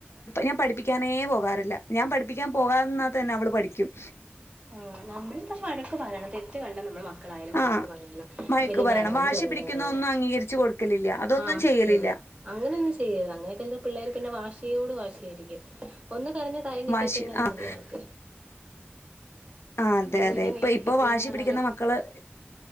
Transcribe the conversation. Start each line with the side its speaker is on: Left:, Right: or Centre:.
Left: ഞാൻ പഠിപ്പിക്കാനേ പോകാറില്ല ഞാൻ പഠിപ്പിക്കാൻ പോകാന്നാകത്ത തന്നെ അവള് പഠിക്കും
Right: ആ നമ്മളള് പക്ഷെ വഴക്ക് തെറ്റ് കണ്ട നമ്മള് മ മക്കളായാലും വഴക്ക
Left: ആഹ്
Right: പറയണം
Left: വഴക്ക്
Right: വലുതായാലും
Left: പറയണം. വാശി
Right: ചെറുതായാലും
Left: പിടിക്കുന്ന ഒന്നും അംഗീകരിച്ച് കൊടുക്കലില്ല. അതൊന്നും
Right: ആഹ്
Left: ചെയ്യലില്ല.
Right: ശെരി അങ്ങനെയ ഒന്നും ചെയ്യരുത് അങ്ങനെക്കെ ചെയ്താൽ പിള്ളേര് വാശി യോ ട് വാശിയായിരിക്കും ഒന്ന് കരഞ്ഞ കാര്യം കിട്ടിയാൽ
Left: വാശി
Right: പിന്നെ അത്
Left: ആഹ്
Right: മതി അവർക്ക്
Left: ആഹ് അതെ
Right: അത്
Left: അതെ.
Right: പിന്നെ
Left: ഇപ്പൊ
Right: നേടിക്കിട്ടും
Left: ഇപ്പൊ വാശി
Right: എന്നുള്ളൊരു
Left: പിടിക്കുന്ന മക്കള്